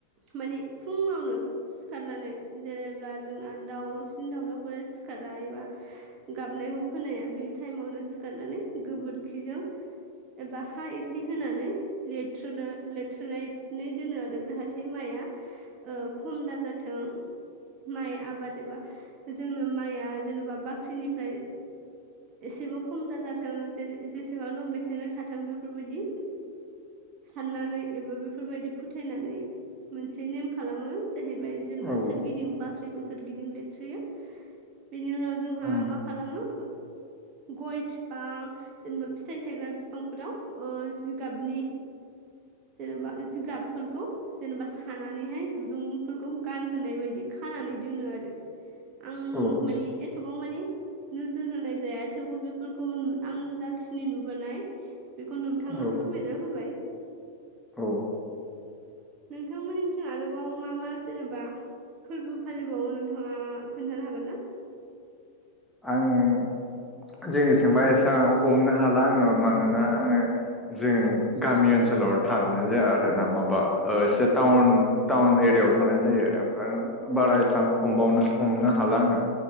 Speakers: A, on the right; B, in the centre.
A: माने फुङावनो सिखारनानै जेब्ला जोंना दाउसिन दाउलाफोरा सिखारा एबा गाबनायखौ खोनाया बे टाइमावनो सिखारनानै गोबोरखिजों एबा हा एसे होनानै लेथ्रोनो लेथ्रोनानै दोनो आरो जाहाथे माइआ खम दाजाथों माइ आबाद एबा जोंनो माइआ जेनेबा बाख्रिनिफ्राय एसेबां खम दाजाथों जै जेसेबां दं बेसेनो थाथों बेफोरबायदि साननानै एबा बेफोरबायदि फोथायनानै मोनसे नेम खालामो। जाहैबाय जेनेबा
B: औ
A: सोरगिदिं बाख्रिखौ सोरगिदिं लेथ्रेयो बिनि उनाव जोंहा
B: उम
A: मा खालामो गय बिफां जेनेबा फिथाइ थायग्रा बिफांफोराव जिगाबनि जेनेबा जिगाबफोरखौ जेनेबा सानानैहाय दुरुं फोरखौ गानहोनाय बायदि खानानै दोनो आरो आं
B: औ
A: माने एथबां मानि नोजोर होनाय जाया थेवबो बेफोरखौ नु आं जाखिनि नुबोनाय बेखौ नोंथांनो
B: औ
A: फोरमायना होबाय।
B: औ
A: नोंथांमोननिथिं आरोबाव मा मा जेनेबा फोरबो फालिबावो नोंथाङा खोन्थानो हागोन ना?
B: आङो जोंनि सिं मा आयसा हमनो हाला आङो मानोना आङो जों गामि ओनसोलाव थानाय जाया आरो ना माबा एसे
A: अ
B: टाउन टाउन‌ ए जायाव थानाय जायो। बारा
A: औ
B: बारा एसां हमाबावनो हमनो हाला आङो